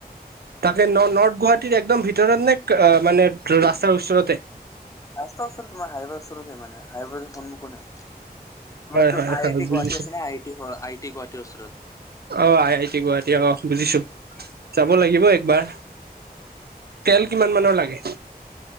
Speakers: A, on the right; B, on the left.
A: তাকে ন-নৰ্থ গুৱাহাটীৰ একদম ভিতৰত নে, মানে ৰাস্তাৰ ওচৰতে?
B: ৰাস্ত ওচৰত তোমাৰ হাইৱেৰ ওচৰতে মানে, হাইৱেৰ সন্মুখতে। তোমাৰ
A: হয়
B: এইটো
A: হয়
B: আই
A: হয়
B: আইটি
A: বুজিছো
B: গুৱাহাটী আছে না, আইটি আই টি গুৱাহাটীৰ ওচৰত।
A: অ', আই আই টি গুৱাহাটী অ, বুজিছোঁ, যাব লাগিব একবাৰ। তেল কিমান মানৰ লাগে?